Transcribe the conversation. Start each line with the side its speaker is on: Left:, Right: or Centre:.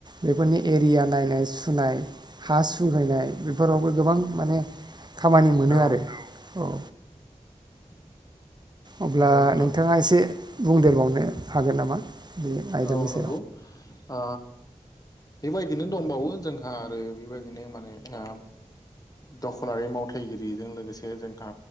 Right: बेफोरनि एरिया नायनाय सुनाय हा सुहैनाय बेफोरावबो गोबां माने खामानि मोनो
Left: नंगौ
Right: आरो औ।
Left: <inaudible>
Right: अब्ला
Left: नोंथां
Right: नोंथाङा एसे बुंदेरबावनो हागोन नामा बे आयदानि
Left: औ
Right: सा
Left: नंगौ ओ बेबायदिनो दंबावो जोंहा आरो बेबायदिनो माने ओ दखलारि मावथायगिरिजों लोगोसे जोंहा